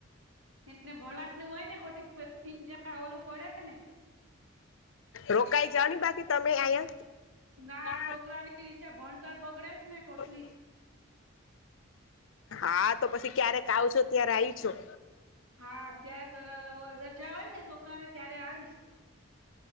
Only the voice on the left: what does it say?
રોકાઈ જાઓ ને બાકી તમે અહીયા.
<inaudible> હા તો પછી ક્યારેક આવ છો ત્યારે આવી શું.